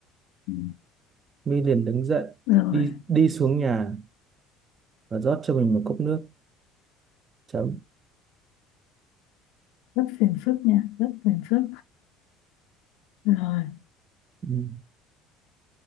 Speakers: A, on the left; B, on the right.
A: ừ.
B: My liền đứng dậy
A: rồi
B: đi đi xuống nhà và rót cho mình một cốc nước chấm
A: rất phiền phức nha rất phiền phức rồi
B: ừ.